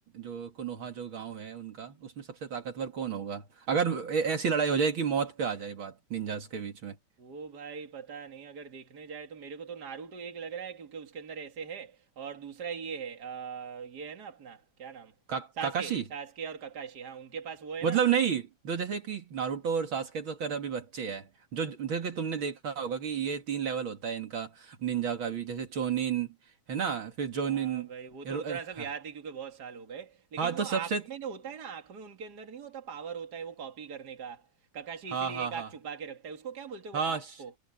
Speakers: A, on the right (about 65°); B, on the right (about 50°).
A: जो कोनोहा जो गांव है उनका उसमें सबसे ताकतवर कौन होगा अगर ए- ऐसी लड़ाई हो जाए कि मौत पे आ जाए बात निंजास के बीच में
B: वो भाई पता नहीं अगर देखने जाए तो मेरे को तो नारुतो एक लग रहा है क्योंकि उसके अंदर ऐसे है और दूसरा ये है अ, ये है ना अपना क्या नाम
A: का,
B: सासके
A: काकाशी
B: सासके और ककाशी हाँ उनके पास वो है
A: मतलब
B: ना
A: नहीं जो जैसे कि नारुतो और सास्के तो खैर अभी बच्चे हैं जो जैसे कि तुमने देखा होगा कि ये तीन लेवल होता है इनका निंजा का भी जैसे चोनिन है ना फिर जोनिन
B: हाँ भाई वो तो
A: रो-
B: उतना सब
A: हाँ
B: याद है क्योंकि बहुत साल हो गए लेकिन
A: हाँ,
B: वो
A: तो
B: आंख
A: सबसे
B: में ना होता है ना आंख में उनके अंदर नहीं होता पावर होता है वो कॉपी करने का ककाशी
A: हाँ
B: इसीलिए
A: हाँ
B: एक आंख
A: हाँ
B: छुपा के रखता है उसको क्या बोलते हैं वो
A: हाँ
B: आंख
A: श-
B: को